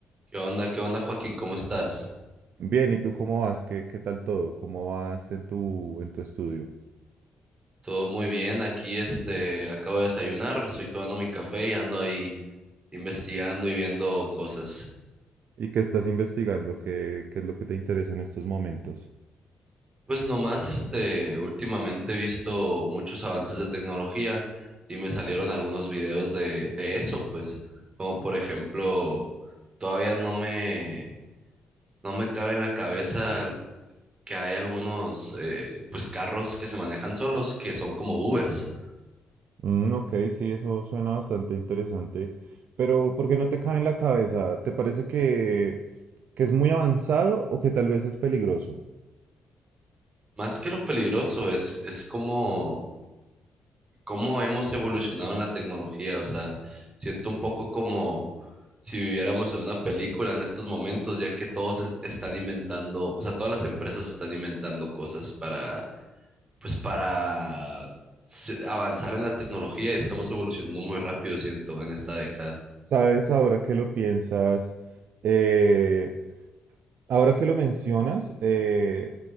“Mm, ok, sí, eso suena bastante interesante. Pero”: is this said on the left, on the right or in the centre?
Right